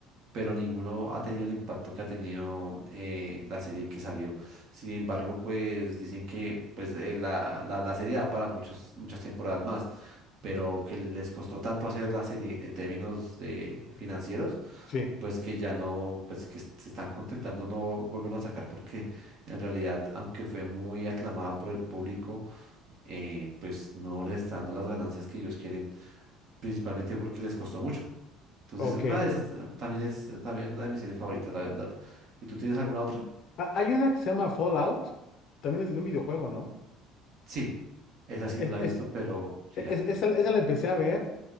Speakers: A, on the right; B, on the left.
A: pero ninguno ha tenido el impacto que ha tenido eh, la serie que salió. Sin embargo, pues dicen que pues, eh, la, la, la serie da para muchos, muchas temporadas más, pero que les costó tanto hacer la serie en términos de financieros,
B: Sí,
A: pues que ya no, pues que se están contemplando no volverlo a sacar porque en realidad, aunque fue muy aclamada por el público, eh, pues no les está dando las ganancias que ellos quieren, principalmente porque les costó mucho. Entonces,
B: ok.
A: una de esas eh, también es, eh, también es una de mis series favoritas, la verdad. ¿Y tú tienes alguna otra?
B: Ah, hay una que se llama Fallout, también es de un videojuego, ¿no?
A: Sí, esa
B: Es,
A: sí no la
B: es,
A: he visto, pero sí
B: es,
A: hay.
B: es- esa, esa la empecé a ver,